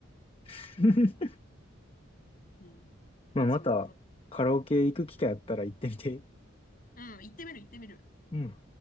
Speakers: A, on the left (about 25°); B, on the left (about 40°).
A: <laughs>
B: うん。
A: まあ、
B: そういうこと。
A: また、カラオケ行く機会あったら行ってみて。
B: うん、行ってみる行ってみる。
A: うん。